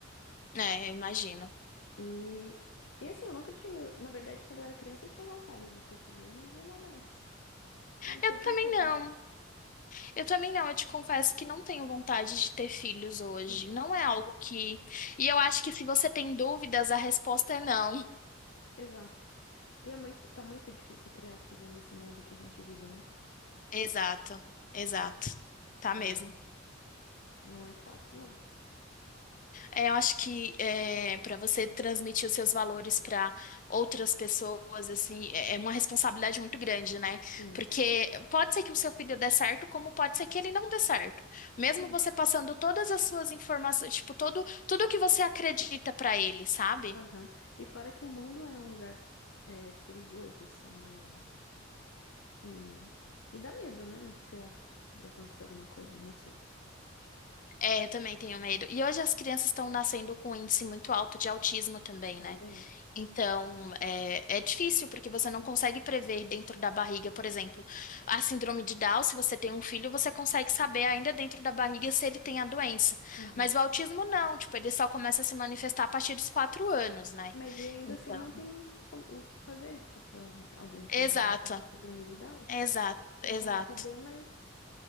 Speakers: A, on the left; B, on the left.
A: É, eu imagino.
B: E, e assim, eu nunca tive. Na verdade, quando eu era criança, eu tinha vontade de ter filho. Hoje em dia, não mais. Não
A: Eu
B: sei
A: também
B: por quê
A: não.
B: também.
A: Eu também não. Eu te confesso que não tenho vontade de ter filhos hoje.
B: Uhum.
A: Não é algo que. E eu acho que se você tem dúvidas, a resposta é não.
B: Exato. E é muito, tá muito difícil criar o filho nesse mundo que a gente vive, né?
A: Exato, exato. Tá mesmo.
B: É, não é fácil, não.
A: É, eu acho que é, para você transmitir os seus valores para outras pessoas, assim, é é uma responsabilidade muito grande, né?
B: Sim,
A: Porque pode ser que o seu filho dê certo, como pode ser que ele não dê certo. Mesmo
B: sim.
A: você passando todas as suas informações, tipo, todo, tudo que você acredita para ele, sabe?
B: Aham. E fora que o mundo é um lugar é, perigoso, assim, né? E, e dá medo, né? Sei lá, de acontecer alguma coisa, não sei.
A: É, eu também tenho medo. E hoje as crianças estão nascendo com um índice muito alto de autismo também,
B: Também?
A: né? Então, é, é difícil, porque você não consegue prever dentro da barriga, por exemplo, a síndrome de Down, se você tem um filho, você consegue saber ainda dentro da barriga se ele tem a doença.
B: Aham.
A: Mas o autismo não, tipo, ele só começa a se manifestar a partir dos quatro anos, né?
B: Mas e ainda
A: Então,
B: assim não tem como- o que fazer. Tipo, alguém que
A: exato,
B: vai nascer com síndrome de Down
A: exato,
B: tem
A: exato.
B: como saber, mas